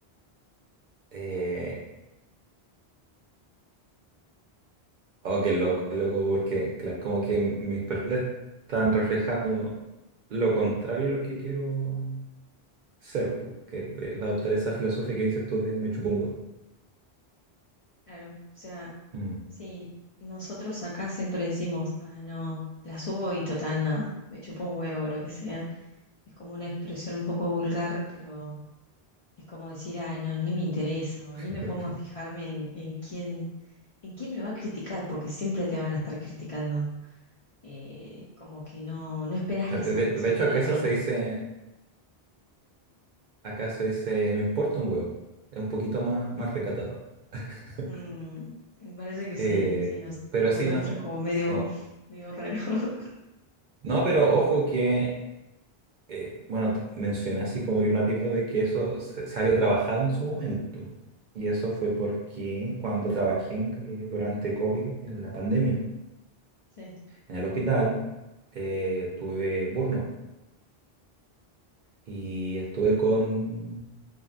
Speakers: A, on the right (about 55°); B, on the left (about 50°).
A: Eh, oh, qué
B: No,
A: loco, qué loco, porque claro, como que mis perfiles están reflejando lo contrario a lo que quiero ser, pu, que de, de adoptar esa filosofía que dices tú de me chupo un huevo.
B: claro. O sea,
A: Mm.
B: sí, nosotros acá siempre decimos, ah, no, la subo y total nada, me chupó un huevo, lo que sea. Es como una expresión un poco vulgar, pero es como decir, ay, no, ni me interesa o
A: <laughs>
B: ni me pongo a fijarme en, en quién, en quién me va a criticar, porque siempre te van a estar criticando. eh, como que no, no esperas
A: De,
B: la aceptación
A: de hecho,
B: del
A: acá
B: otro.
A: eso se dice Acá se dice, me importa un huevo. Es un poquito más, más recatado. <laughs>
B: Mm, me parece que sí,
A: Eh,
B: sí, nos,
A: pero
B: lo
A: sí,
B: nuestro
A: no sé.
B: es como medio,
A: sí.
B: medio raro. <laughs>
A: No, pero ojo que, eh, bueno, te- mencioné así como de una tipo de que eso se, se había trabajado en su momento. Y eso fue
B: Sí,
A: porque cuando trabajé en- eh, durante COVID, en la pandemia,
B: sí,
A: en el hospital, eh, tuve burnout y estuve con